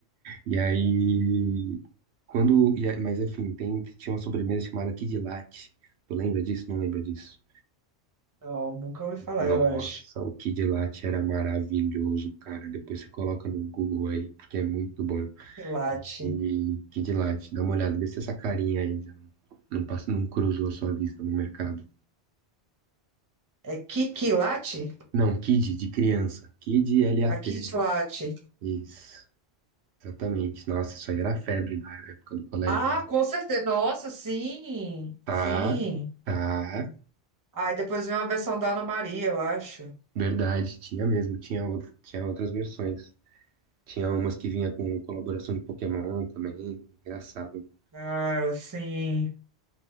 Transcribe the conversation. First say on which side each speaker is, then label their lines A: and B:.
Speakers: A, on the right; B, on the right.
A: E aí, quando. E aí- mas enfim, tem, tinha uma sobremesa chamada Kid Latte. Tu lembra disso? Não lembra disso.
B: Não, nunca ouvi falar,
A: Nossa,
B: eu acho.
A: o Kid Latte era maravilhoso, cara. Depois você coloca no Google aí, porque é muito bom.
B: Quilate.
A: E Kid Latte, dá uma olhada, vê se essa carinha ainda não, passa, não cruzou a sua vista no mercado.
B: É Kikilate?
A: Não, Kid, de criança. Kid LAT
B: A Kitilate.
A: de. Isso, exatamente. Nossa, isso aí era febre na época do colégio.
B: Ah,
A: né?
B: com certeza. Nossa, sim.
A: Tá,
B: Sim.
A: tá.
B: Ah, e depois veio uma versão da Ana Maria, eu acho.
A: Verdade, tinha mesmo, tinha, outro, tinha outras versões. Tinha umas que vinha com colaboração de Pokémon também, engraçado.
B: Cara, sim.